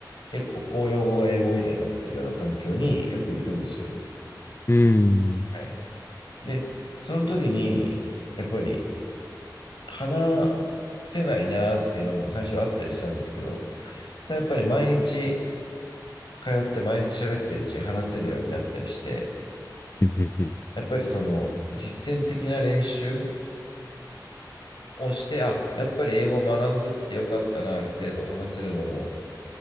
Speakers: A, on the left; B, on the left.
A: 結構公用語が英語みたいになってるような環境によく行くんですよ。
B: うん。うん。
A: はい。で、その時に、やっぱり話せないなっていうのも最初はあったりしたんですけど、ただやっぱり毎日通って毎日喋ってるうちに話せるようになったりして、
B: うん。うん。うん。うん
A: やっぱりその実践的な練習をして、あ、やっぱり英語を学んできてよかったな、ある程度話せるのも